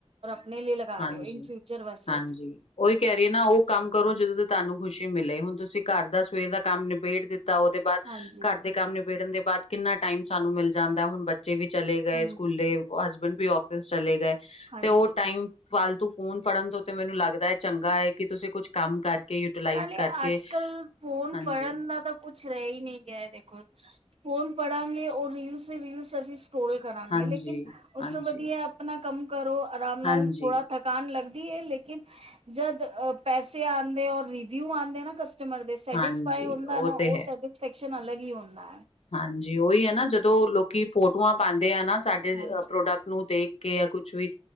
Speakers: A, on the right (about 70°); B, on the left (about 80°).
A: ਨਹੀਂ ਨਹੀਂ ਲਗਾ
B: ਹਾਂਜੀ
A: ਰਹੇ ਹੋ ਇਨ ਫਿਊਚਰ ਵਾਸਤੇ
B: ਹਾਂਜੀ ਉਹੀ ਕਹਿ ਰਹੀ ਨਾ ਉਹ ਕੰਮ ਕਰੋ ਜਦੋਂ ਤ ਤੁਹਾਨੂੰ ਖੁਸ਼ੀ ਮਿਲੇ ਹੁਣ ਤੁਸੀਂ ਘਰ ਦਾ ਸਵੇਰ ਦਾ ਕੰਮ ਨਿਬੇੜ ਦਿੱਤਾ
A: ਹਾਂਜੀ
B: ਘਰ ਦੇ ਕੰਮ ਨਿਬੇੜਨ ਦੇ ਬਾਅਦ ਕਿੰਨਾ ਟਾਈਮ ਸਾਨੂੰ ਮਿਲ ਜਾਂਦਾ ਹੁਣ ਬੱਚੇ ਵੀ ਚਲੇ ਗਏ
A: ਹੂੰ,
B: ਸਕੂਲੇ ਹਸਬੈਂਡ ਵੀ ਆਫਿਸ ਚਲੇ ਗਏ
A: ਹਾਂਜੀ
B: ਤੇ ਉਹ ਟਾਈਮ ਫਾਲਤੂ ਫੋਨ ਫੜਨ ਤੋਤੇ ਮੈਨੂੰ ਲੱਗਦਾ ਚੰਗਾ ਹ ਕਿ ਤੁਸੀਂ ਕੁਝ ਕੰਮ ਯੂਟੀਲਾਈਜ਼
A: ਨਾਲੇ
B: ਕਰਕੇ
A: ਅੱਜ ਕੱਲ ਫੋਨ
B: ਹਾਂਜੀ
A: ਫੜਨ ਮੈਂ ਤਾਂ ਪੁੱਛ ਰਹੇ ਹੀ ਨਹੀਂ ਜੇ ਦੇਖੋ ਫੋਨ ਪੜਾਂਗੇ ਉਹ ਰੀਲ ਸੇ ਵੀਲਸ ਅਸੀਂ ਸਕੋਲ ਕਰਾਂਗੇ
B: ਹਾਂਜੀ
A: ਲੇਕਿਨ ਉਸ
B: ਹਾਂਜੀ
A: ਤੋਂ ਵਧੀਆ ਆਪਣਾ ਕੰਮ ਕਰੋ ਆਰਾਮ
B: ਹਾਂਜੀ
A: ਨਾਲ ਥੋੜਾ ਕਾਣ ਲੱਗਦੀ ਹ ਲੇਕਿਨ ਜਦ ਪੈਸੇ ਆਉਂਦੇ ਔਰ ਰਿਵਿਊ ਆਂਦੇ ਨਾ ਕਸਟਮਰ ਸੈਟਿਸਫਾਈ
B: ਹਾਂਜੀ
A: ਹੋਣ ਦਾ ਨਾ ਉਹ
B: ਤੇ ਹੈ
A: ਸਰਵਿਸਫੈਕਸ਼ਨ ਅਲਗ ਹੀ ਹੁੰਦਾ
B: ਹਾਂਜੀ ਉਹੀ ਹੈ ਨਾ ਜਦੋਂ ਲੋਕੀ ਫੋਟੋਆਂ ਪਾਉਂਦੇ ਆ ਨਾ ਸਾਡੇ
A: ਹਾਂਜੀ
B: ਪ੍ਰੋਡਕਟ ਨੂੰ ਦੇਖ ਕੇ ਜਾ ਕੁਝ ਵੀ